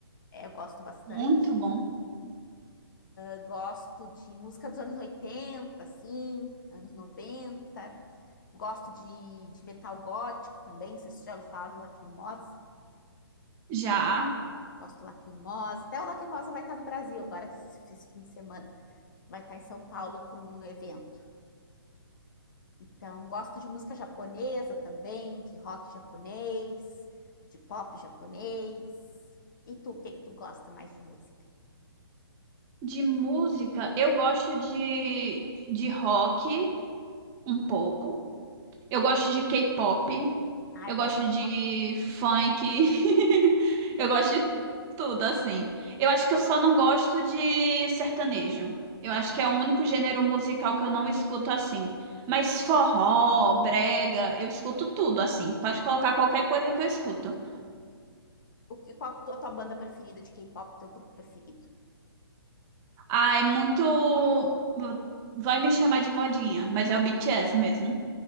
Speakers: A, on the left; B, on the right.
A: É, eu gosto bastante.
B: Muito bom.
A: Eu gosto de música dos anos 80, assim, anos 90. Gosto de, de metal gótico também, não sei se tu já ouviu falar do Lacrimosa.
B: Já
A: Gosto do Lacrimosa. Até o Lacrimosa vai estar no Brasil agora, esse esse fim de semana. Vai estar em São Paulo para um evento. Então, gosto de música japonesa também, de rock japonês, de pop japonês. E tu, o que que tu gosta mais de música?
B: de música, eu gosto de de rock um pouco. Eu gosto de K-pop.
A: Ah,
B: Eu
A: eu
B: gosto
A: gosto de K-pop
B: de
A: também.
B: funk. <laughs> Eu gosto de tudo, assim. Eu acho que eu só não gosto de sertanejo. Eu acho
A: Aham.
B: que é o único gênero musical que eu não escuto assim. Mas forró, brega, eu escuto tudo assim. Pode colocar qualquer coisa que eu escuto.
A: O que, qual que tu- a tua banda preferida de K-pop, teu grupo preferido?
B: Ah, é muito. Vai me chamar de modinha, mas é o BTS mesmo.